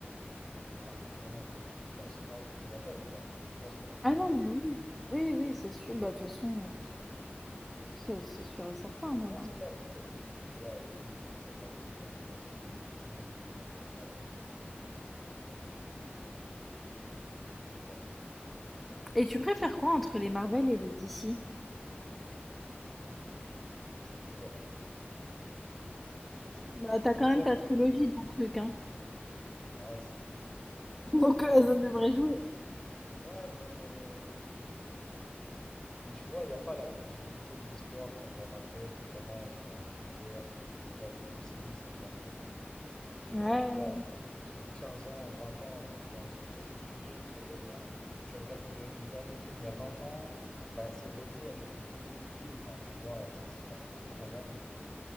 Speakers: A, on the left; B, in the centre.
A: Non, non, mais vraiment, vraiment, je pense. Oh, t'es d'accord ou pas? Tu penses qu'on va vraiment
B: Ah non,
A: jamais
B: mais
A: voir?
B: oui, oui, oui, c'est sûr. Bah, de toute façon, c'est c'est sûr et certain même.
A: On
B: hein.
A: sait pas, peut-être avec les trucs d'IA et tout, ils vont commencer à faire des trucs personnalisés de fou, euh, qu'on va grave kiffer, mais, euh, mais bon,
B: Et tu préfères quoi entre les Marvel et les DC?
A: c'est dur, hein. C'est dur, c'est dur.
B: Bah,
A: Je
B: t'as
A: préfère.
B: quand même ta trilogie de trucs, hein.
A: Ouais, c'est vrai, hein. J'ai
B: <laughs> Donc,
A: la trilogie.
B: euh, ça devrait jouer.
A: Ouais, mais. Mais tu vois, il n'y a pas la continuité de l'histoire comme dans Marvel où vraiment ils ont un univers. Tu vois, le MCU, c'est une dinguerie. Sur, sur,
B: Ouais,
A: euh, je sais pas, sur 15 ans, 20 ans, ils ont fait un truc qui se suivait et qui revient. Tu regardes le, le dernier film il y a 20 ans, bah c'est relié avec le premier film. Enfin, tu vois, c'est c'est quand même incroyable.